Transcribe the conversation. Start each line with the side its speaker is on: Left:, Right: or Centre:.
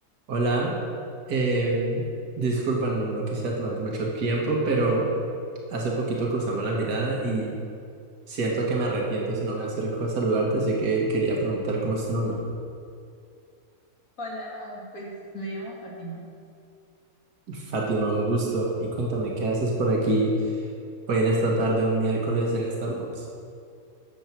Right: Hola, eh, disculpa, no quisiera tomarte mucho tiempo, pero hace poquito cruzamos la mirada y siento que me arrepiento si no me acerco a saludarte, así que quería preguntar cómo es tu nombre.
Left: Hola, pues me llamo Fátima.
Right: Fátima, un gusto. Y cuéntame, ¿qué haces por aquí hoy en esta tarde, un miércoles en Starbucks?